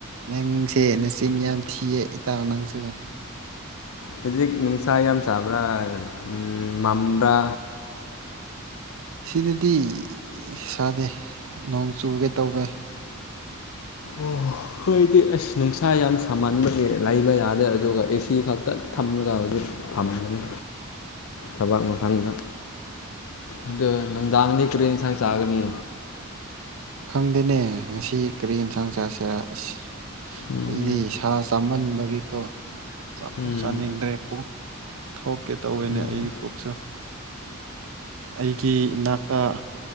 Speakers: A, on the right; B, on the left.
A: ꯅꯪꯁꯦ ꯅꯆꯤꯟ ꯌꯥꯝ ꯊꯤꯌꯦ ꯏꯇꯥꯎ ꯅꯪꯁꯨ
B: ꯍꯧꯖꯤꯛ ꯅꯨꯡꯁꯥ ꯌꯥꯝ ꯁꯥꯕ꯭ꯔꯥꯅ ꯃꯝꯕ꯭ꯔꯥ
A: ꯁꯤꯗꯗꯤ ꯁꯥꯗꯦ ꯅꯣꯡ ꯆꯨꯒ‌ꯦ ꯇꯧꯋ‌ꯦ <inaudible>
B: ꯑꯣ ꯈꯣꯏꯗꯤ ꯑꯁ ꯅꯨꯡꯁꯥ ꯌꯥꯝ ꯁꯥꯃꯟꯕꯒꯤ ꯂꯩꯕ ꯌꯥꯗꯦ ꯑꯗꯨꯒ ꯑꯦ ꯁꯤ ꯈꯛꯇ ꯊꯝꯔꯒ ꯍꯧꯖꯤꯛ ꯐꯝꯒꯅꯤ
A: <inaudible>
B: ꯊꯕꯛ ꯃꯐꯝꯗ ꯑꯗꯣ ꯅꯨꯡꯗꯥꯡꯗꯤ ꯀꯔꯤ ꯌꯦꯟꯁꯥꯡ ꯆꯥꯒꯅꯤ
A: ꯈꯪꯗꯦꯅꯦ ꯉꯁꯤ ꯀꯔꯤ ꯌꯦꯟꯁꯥꯡ ꯆꯥꯁꯤꯔ ꯑꯁ
B: ꯎꯝ
A: ꯑꯩꯗꯤ ꯁꯥ ꯆꯥꯃꯟꯕꯒꯤꯀꯣ ꯆꯥꯛꯄ
B: ꯎꯝ
A: ꯆꯥꯅꯤꯡꯗ꯭ꯔꯦ ꯊꯣꯛ ꯀꯦ ꯇꯧꯋꯤꯅꯦ
B: ꯎꯝ
A: ꯑꯩꯒꯤ ꯄꯨꯛꯁꯨ ꯑꯩꯒꯤ ꯏꯅꯥꯛꯇ